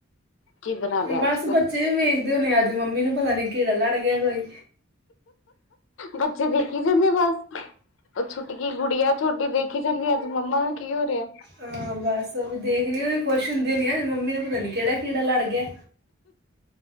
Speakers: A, on the left; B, on the right.
A: ਕੀ ਬਣਾ ਲਿਆ
B: ਬਸ
A: ਅੱਜ ਫਿਰ
B: ਬੱਚੇ ਵੀ ਵੇਖਦੇ ਹੋਣੇ ਅੱਜ ਮੰਮੀ ਨੂੰ ਪਤਾ ਨੀ ਕੀੜਾ ਲੜ ਗਿਆ ਕੋਈ।
A: ਬੱਚੇ ਦੇਖ ਹੀ ਜਾਂਦੇ ਬਸ। ਉਹ ਛੁਟਕੀ ਗੁੜੀਆਂ। ਛੋੱਟੀ ਦੇਖੀ ਜਾਂਦੀ ਅੱਜ ਮੰਮਾ ਦਾ ਕੀ ਹੋ ਰਿਹਾ।
B: ਹਾਂ ਬਸ ਉਹ ਵੀ ਦੇਖ ਰਹੀ ਹੋਨੀ ਆ ਖੁਸ਼ ਹੁੰਦੀ ਹੋਣੀ ਆ ਮੰਮੀ ਨੂੰ ਪਤਾ ਨਹੀਂ ਕਿਹੜਾ ਕੀੜਾ ਲੜ ਗਿਆ।